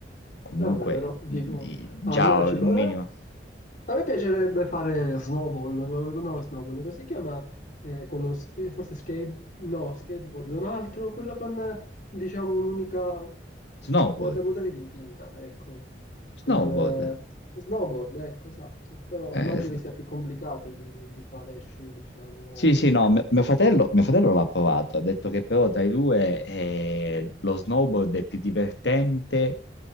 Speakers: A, on the left; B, on the left.
A: comunque
B: Vabbè, però dico,
A: mh, già
B: almeno ci
A: un
B: provo.
A: minimo.
B: Eh, A me piacerebbe fare snowball, no, snowball, come si chiama? Eh, con lo, s- eh, forse skate, no, skateboard, un altro, quello con, eh, diciamo, un'unica
A: Snowboard,
B: quota potere di pinna, ecco,
A: snowboard.
B: con eh, snowboard, ecco, esatto, però
A: Eh,
B: immagino che sia più complicato di, di fare sci, diciamo,
A: Sì, sì, no, m- mio fratello, mio fratello l'ha provato, ha detto che però tra i due eh, lo snowboard è più divertente,